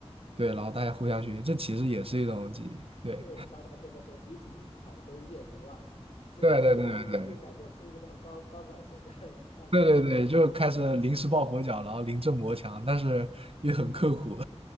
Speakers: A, on the right; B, on the left.
A: 对，然后大家互相学习，这其实也是一种记忆。对，
B: 对，大家这个时候集体挑灯夜读啊，这种又又感觉恢复到高高考前的
A: 对，对，对，对，
B: <laughs> 那个状。
A: 对，对，对，对，就开始临时抱佛脚，然后临阵磨枪，但是也很刻苦。